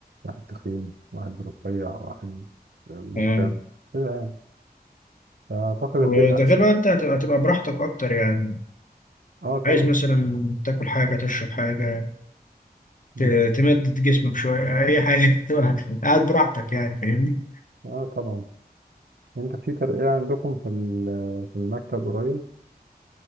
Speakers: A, on the right; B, on the left.
A: واحد تخين واحد رفيع واحد مفرم
B: اه
A: كده يعني فأعتقد البيت
B: وده
A: أحسن
B: غير بقى انت هتبقى هتبقى براحتك اكتر يعني
A: اه
B: عايز
A: طبعا
B: مثلا تاكل حاجة تشرب حاجة
A: مهم.
B: ت- تمدد جسمك شوية أي حاجة <laughs> تبقى قاعد براحتك يعني فاهمني
A: اه طبعا انت في ترقية عندكم في ال- في المكتب قريب